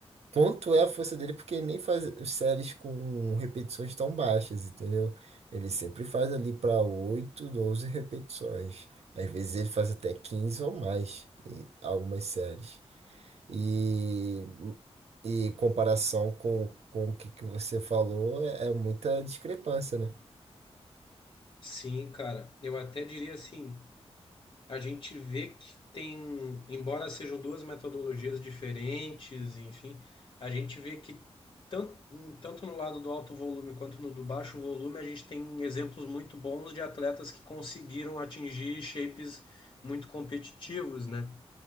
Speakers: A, on the right (about 75°); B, on the left (about 50°).
A: quanto é a força dele, porque ele nem faz séries com repetições tão baixas, entendeu? Ele sempre faz ali para 8, 12 repetições. Às vezes ele faz até 15 ou mais em algumas séries. E, e em comparação com, com o que, que você falou, é, é muita discrepância, né?
B: Sim, cara. Eu até diria assim, a gente vê que tem, embora sejam duas metodologias diferentes, enfim, a gente vê que tanto, tanto no lado do alto volume quanto no do baixo volume, a gente tem exemplos muito bons de atletas que conseguiram atingir shapes muito competitivos, né?